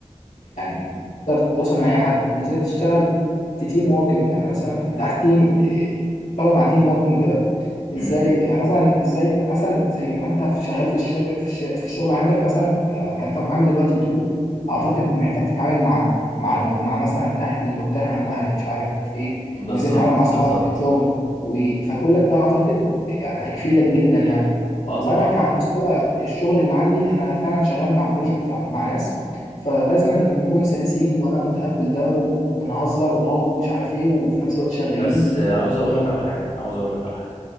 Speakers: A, on the left (about 85°); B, on the left (about 75°).
A: يعني تقدر تتواصل مع اي حد وازاي تشتغل في تيم ووركينج يعني مثلا تحت تيم إيه، تشتغل مع تيم ووركينج وكده ازاي
B: مم.
A: يعني مثلا ازاي مثلا زي ما انت في- شغال في الشركه في, الش... في الشغل عندك مثلا كان انت محامي دلوقتي بتقول اعتقد
B: مم.
A: محتاج تتعامل مع مع الم... مع مثلا اهل المتهم واهل مش عارف ايه
B: بالظبط
A: وازاي تتعامل مع اصحابك
B: بالظبط
A: في الشغل و... فكل ده اعتقد يعني هيفيدك جدا يعني
B: اه طبعا
A: وانا كعلى مستوى الشغل اللي عندي انا فعلا شغال مع بروجكت مع ناس فلازم نكون سلسين وانا متقبل ده و... ونهزر واو ومش عارف ايه وفي نفس الوقت شغالين
B: بس عاوز اقول
A: وجميل
B: لك على حاجه عاوز اقول لك على حاجه